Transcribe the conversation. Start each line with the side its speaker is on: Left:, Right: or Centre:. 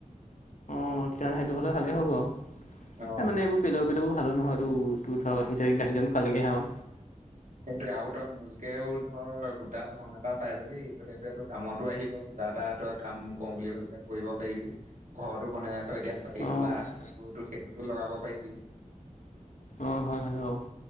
Left: অ', তেতিয়াহ'লে সেইটো হ'লে ভালেই হ'ব আৰু
Right: অ
Left: এই মানে এইবোৰ পেল ভালো নহয় তটো তোৰ ধৰ <unintelligible> খালৈকো আৰু
Right: সেইটোৱে আৰু তই মূলকেও ধৰ গোটা ধৰন এটা পাই যাবি ত সেইটোয়ে তটো কামতো আহিব। কিবা এটা তই কাম কৰো বুলি ভাবিলে কৰিব পাৰিবি। ঘৰতো বনাই আছ এতিয়া চাৰি
Left: অ'
Right: তলা সেইটোতো সেইটোতো লগাব পাৰিবি।
Left: অ', হয়, হয় অ'।